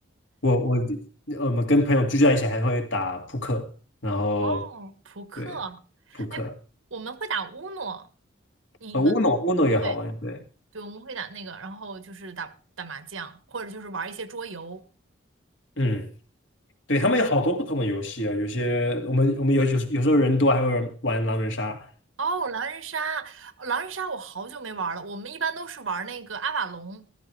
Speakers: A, on the left; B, on the right.
A: 我我呃我们跟朋友聚在一起还会打扑克，然后
B: 哦，扑克，
A: 对扑克，
B: 哎，我们会打乌诺，你们
A: 呃，乌诺乌诺也好玩，
B: 对
A: 对，
B: 对，我们会打那个，然后就是打打麻将，或者就是玩一些桌游。
A: 嗯。对，
B: 对。
A: 他们有好多不同的游戏啊，有些我们我们有有有时候人多还会玩狼人杀，
B: 哦，狼人杀，狼人杀我好久没玩了。我们一般都是玩那个阿瓦隆。